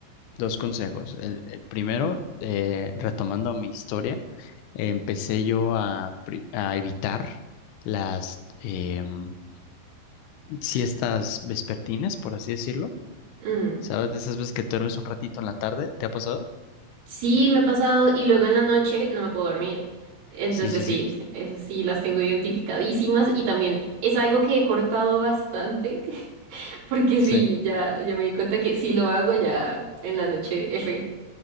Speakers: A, on the left; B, on the right.
A: dos consejos. El, el primero, eh, retomando mi historia, empecé yo a, pri- a evitar las. em, siestas vespertinas, por así decirlo.
B: Mm.
A: ¿Sabes? De esas veces que te duermes un ratito en la tarde, ¿te ha pasado?
B: Sí, me ha pasado y luego en la noche no me puedo dormir. Entonces
A: Sí, sí,
B: sí,
A: sí,
B: esas sí las tengo identificadísimas y también es algo que he cortado bastante, <laughs> porque
A: sí.
B: sí, ya, ya me di cuenta que si lo hago ya en la noche F.